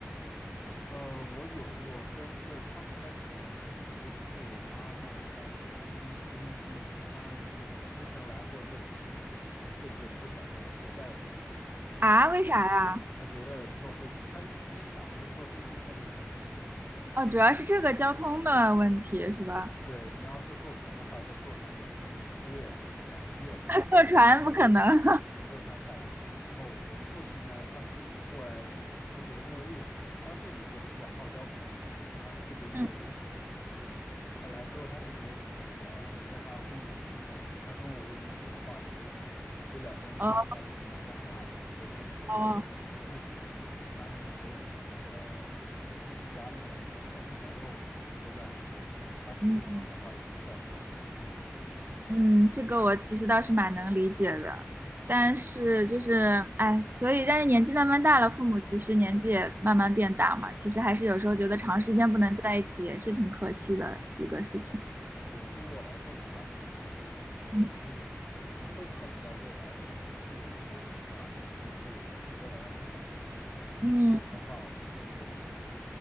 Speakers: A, on the left (about 35°); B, on the right (about 40°).
A: 呃，我有过，但是他们不太喜欢这边，尤其是我妈妈，她晕晕机，她之前来过这里一次就不想再，就再也不来了。
B: 啊，为啥呀？
A: 她觉得坐飞，她晕机嘛，她坐飞机她觉得很痛苦嘛。
B: 哦，主要是这个交通的问题是吧？
A: 对，你要是坐船的话，她坐船也那几个月，这两个月吧，
B: <laughs> 坐船不可能。<laughs>
A: 在坐船太难了。然后我父亲呢，他过去过来，他觉得没有意思。他是一个比较好交朋友的人，他这边没有认识的人，
B: 嗯，
A: 他就他来之后他就觉得挺无聊的，每天还要跟我混在一起，他跟我又没有什么话题可聊，就两个人坐在那里还蛮尴尬的，
B: 哦，
A: 所以他就觉得他就不喜欢这边，
B: 哦，
A: 他还是觉得呃自己家那边比较好，朋友什么的都在那边，他出去玩的话也能叫出来人。
B: 嗯，嗯，这个我其实倒是蛮能理解的，但是就是，哎，所以，但是年纪慢慢大了，父母其实年纪也慢慢变大嘛，其实还是有时候觉得长时间不能在一起也是挺可惜的一个事情。
A: 对，对于我来说是蛮可惜一件事情吧，
B: 嗯，
A: 所以我会考虑到未来可能会回流吧，但是这也是未来的事情。目前的话，
B: 嗯，
A: 我还是多挣钱